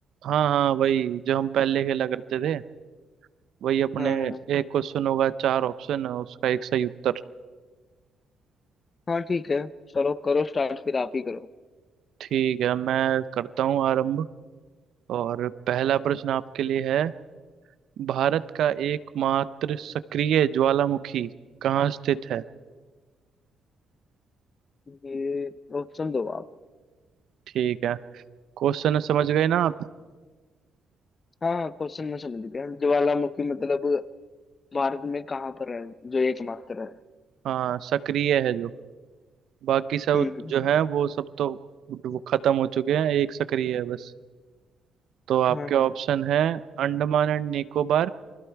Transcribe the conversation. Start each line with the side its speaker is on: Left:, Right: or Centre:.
Right: हाँ हाँ वही जो हम पहले खेला करते थे वही अपने
Left: हाँ हाँ
Right: एक क्वेश्चन होगा चार ऑप्शन है उसका एक सही उत्तर
Left: हाँ ठीक है चलो करो स्टार्ट फिर आप ही करो
Right: ठीक है मैं करता हूँ आरंभ और पहला प्रश्न आपके लिए है भारत का एकमात्र सक्रिय ज्वालामुखी कहाँ स्थित है
Left: ये ऑप्शन दो आप
Right: ठीक है क्वेश्चन समझ गए ना आप
Left: हाँ हाँ क्वेश्चन में समझ गया ज्वालामुखी मतलब भारत में कहाँ पर है जो एकमात्र है
Right: हाँ सक्रिय है जो बाकी सब
Left: हम्म हम्म,
Right: जो है वो सब तो वो खत्म हो चुके हैं एक सक्रिय है बस तो आपके
Left: हाँ
Right: ऑप्शन
Left: हाँ
Right: है अंडमान एंड निकोबार